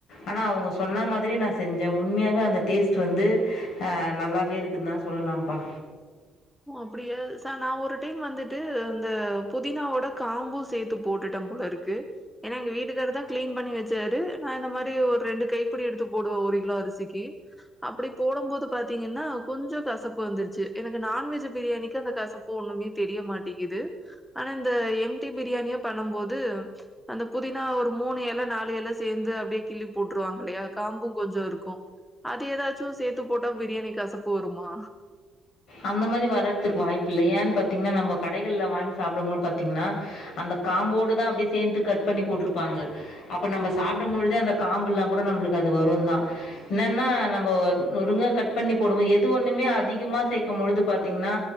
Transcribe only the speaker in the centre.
ஓ அப்புடியா சா நான் ஒரு டைம் வந்துட்டு இந்த புதினாவோட காம்பு சேர்த்து போட்டுட்ட போல இருக்கு ஏன்னா எங்க வீட்டுக்கார தா கிளீன் பண்ணி வெச்சாரு நான் இந்த மாரி அப்டி ஒரு ரெண்டு கைப்பிடி எடுத்து போடுவோம் ஒரு கிலோ அரிசிக்கு அப்புடி போடும் போது பாத்தீங்கன்னா கொஞ்சோ கசப்பு வந்துருச்சு எனக்கு நான்வெஜ் பிரியாணிக்கு அந்த கசப்பு ஒண்ணுமே தெரியமாட்டேங்குது ஆனா இந்த எம்டி பிரியாணியா பண்ணும் போது அந்த புதினா ஒரு மூணு இலை நாலு இலை சேர்ந்து அப்படியே கிள்ளி போட்டுருருவாங்க இல்லையா காம்பும் கொஞ்சம் இருக்கோ அது ஏதாச்சும் சேர்த்து போட்டா பிரியாணி கசப்பு வருமா